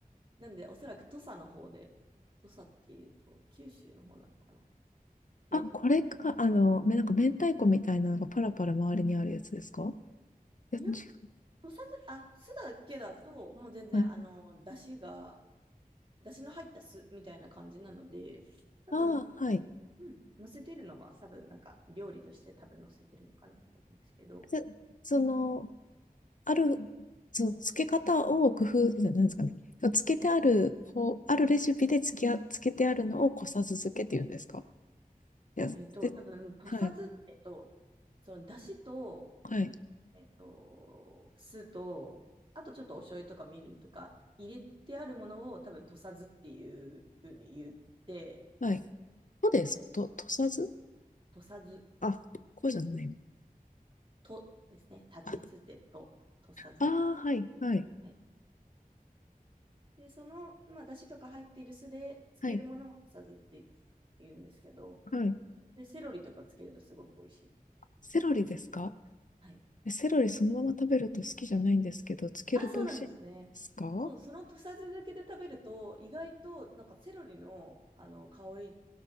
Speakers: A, on the right; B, on the left.
A: なんで、おそらく土佐の方で、土佐っていうと、九州の方なのかな。
B: あ、
A: で、
B: これか、あの、めなんか明太子みたいなのがパラパラ周りにあるやつですかいや、
A: いや、
B: 違う。
A: 土佐酢、あ、酢だけだと、もう全然、
B: はい、
A: あの、出汁が、出汁の入った酢みたいな感じなので、多分、
B: ああ、はい。
A: うん、乗せてるのは、多分、なんか、料理として多分乗せてるのかなと思うんですけど、
B: で、その、
A: はい。
B: ある、その付け方を工夫、ななんですかね。つけてある方、あるレシピでつけあ、つけてあるのをこさず漬けって言うんですか。いや、
A: えっと、
B: で、
A: 多分、とさず、
B: はい、
A: えっと、その、だしと、
B: はい、
A: えっと、酢と、あとちょっとお醤油とかみりんとか入れてあるものを多分、とさずっていうふうに言って、
B: はい。そうです。
A: はい、
B: と、とさず
A: とさず、
B: あ、こうじゃないの。
A: とですね、立ちつてと、
B: あ、
A: とさず。
B: あー、はい、はい、
A: はい。で、その、まあ、だしとか入っている酢で漬けるものをとさずって
B: はい、
A: 言うんですけど、
B: はい。
A: で、セロリとかつけるとすごく美味しいです。
B: セロリですか
A: はい
B: えセロリそのまま食べると好きじゃないんですけど、つけると美味しいですか
A: あ、そうなんですね。そう、その土佐酢漬けで食べると、意外と、なんかセロリの、あの、香り